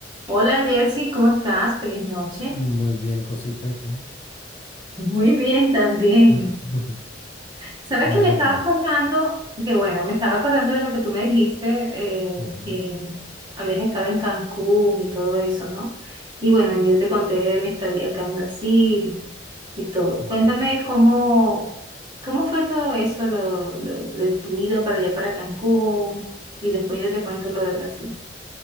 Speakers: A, on the right; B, on the left.
A: Hola Jersey, ¿cómo estás? Feliz noche.
B: Muy bien, cosita, ¿y tú?
A: Muy bien también.
B: <laughs>
A: Sabes
B: Me
A: que
B: alegra.
A: me estaba acordando, que bueno, me estaba acordando de lo que tú me dijiste, eh,
B: Ujú,
A: que habías estado en Cancún y todo eso, ¿no? Y bueno, yo te conté de mi estadía acá en Brasil y todo.
B: ujú.
A: Cuéntame cómo, cómo fue todo eso, lo, lo de tu ida para allá, para Cancún, y después yo te cuento lo de Brasil.